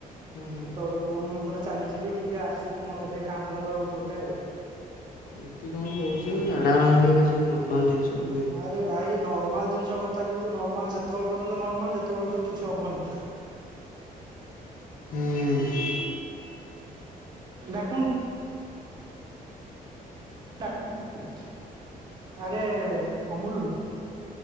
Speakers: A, on the left; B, on the right.
A: ହୁଁ ହୁଁ
B: କେତେବେଳେ କୋଉ ମୁହୂର୍ତ୍ତ ରେ ଚାଲିଯିବି ଟିକେ ଆସିବୁ। ମତେ ଟିକେ କାନ୍ଧ ଦବାକୁ ତୋଟେ ଆଉ।
A: ଏମିତି କଣ କହୁଛୁ ଝାଡ଼ା ବାନ୍ତି ଏଗୁଡ଼ା ସବୁ ନର୍ମାଲ ଜିନିଷ ହୁଏ।
B: ଆରେ ଭାଇ ନର୍ମାଲ ଜିନିଷ କଥା କହୁଛୁ ନର୍ମାଲ ସେତେବେଳେ ପର୍ଯ୍ୟନ୍ତ ନର୍ମାଲ ସେତେବେଳେ କିଛି ହବନି।
A: ହୁଁ।
B: ଡାକୁନ ଡାକୁନୁ ଆରେ ଅମୁଲୁ